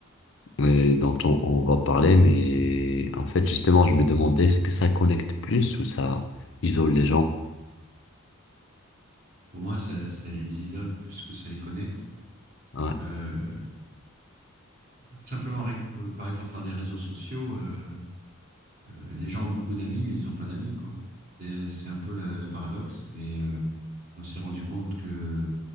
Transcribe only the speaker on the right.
pour moi, ça, ça, les isole plus que ça les connecte.
Euh,
simplement, par exemple, dans les réseaux sociaux, euh, euh, les gens ont beaucoup d'amis, mais ils n'ont pas d'amis. quoi. C'est c'est un peu la, le paradoxe, mais euh, on s'est rendu compte que